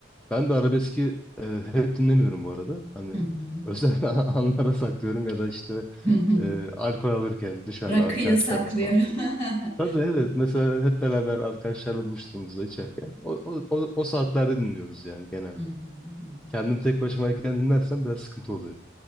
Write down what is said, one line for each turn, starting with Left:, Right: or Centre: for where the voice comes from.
Centre: Ben de arabeski e, hep dinlemiyorum bu arada. Hani
Left: Hı hı.
Centre: özel <laughs> anlara saklıyorum ya da işte
Left: <laughs>
Centre: e, alkol alırken dışarıda
Left: Rakı
Centre: arkadaşlarla
Left: yasaklıyorum.
Centre: falan.
Left: <laughs>
Centre: Tabii evet mesela hep beraber arkadaşlarla buluştuğumuzda içerken o, o, o o saatlerde dinliyoruz yani genelde.
Left: Hı hı, hı hı.
Centre: Kendim tek başımayken dinlersem biraz sıkıntı oluyor.